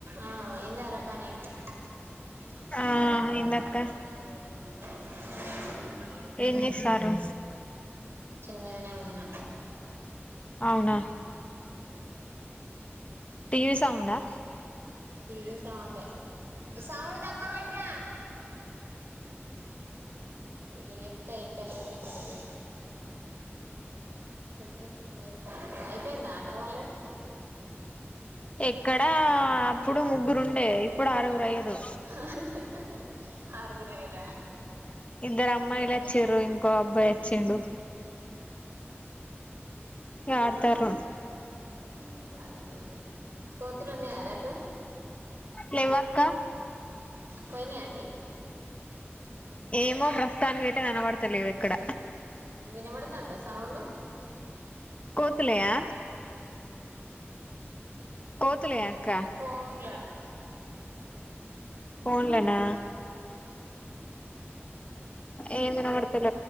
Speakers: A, on the right (about 60°); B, on the left (about 30°).
A: ఆ అయిందారా పని ఒక
B: ఆ
A: టైమ్
B: ఇందక్క
A: మనక వో వో
B: ఏం చేస్తారు
A: నేనే ఉన్న
B: అవునా
A: ఊమ్
B: టీవీ సౌండ్ ‌ ఆ
A: టీవీసౌండ్ యే సౌండ్ తక్కువ పెట్రా ఇట్ల చెప్తే ఇంటలేరు ఎంలేరు చెప్పు ఏం చేతనవ్ అయిపోయిందా ఆట వాళ్ళది
B: ఎక్కడా అప్పుడు ముగ్గురు ఉండే ఇప్పుడు ఆరుగురు అయ్యరు
A: ఆ ఆ ఆరు ఆగురయిరా
B: ఇద్దరు అమ్మాయిలు వచ్చిర్రు ఇంకో అబ్బాయి వచ్చిండు ఇగ ఆడతారు
A: ఊ ఆడనియి తీయ్ కోతులు ఉన్నాయి రా అటు
B: లేవ్వ అక్క
A: పోయినియా అన్నీ
B: ఏమో ప్రస్తుతానికి అయితే కనబడతలేవు ఇక్కడ
A: వినబడుతుందా సౌండ్
B: కోతులాయా కోతులయాక్క
A: ఫోన్ల
B: ఫోన్లనా ఏం వినబడ